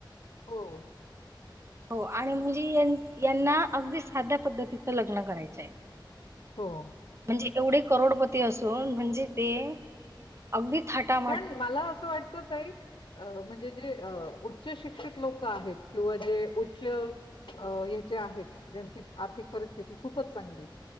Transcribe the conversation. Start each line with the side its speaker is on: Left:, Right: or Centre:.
Left: हो.
Right: हो आणि म्हणजे यांना अगदी साध्या पद्धती चं लग्न करायचंय.
Left: हो.
Right: म्हणजे एवढे करोडपती असून म्हणजे ते अगदी थटा
Left: पण मला असं वाटत ताई अ म्हणजे जे अ उच्च शिक्षित लोक आहेत किंवा जे उच्च अ याचे आहेत ज्यांची आर्थिक परिस्थिती खूपच चांगली